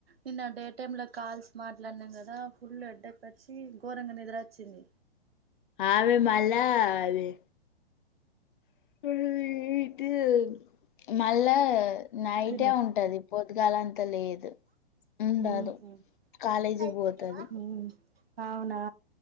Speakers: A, on the right (about 70°); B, on the left (about 55°).
A: నిన్న డేట్ టైం లా కాల్స్ మాట్లాడినాం గదా, ఫుల్ హెడేక్ వచ్చి ఘోరంగా నిద్ర వచ్చింది.
B: ఆమె మల్లా అవి. <unintelligible> <inaudible> మళ్లా నైటే
A: తిను
B: ఉంటది, పొద్దుగాల అంతా లేదు. ఉండదు
A: మ్ హు,
B: కాలేజీకి
A: కలిపితావా?
B: పోతది
A: హు, అవునా?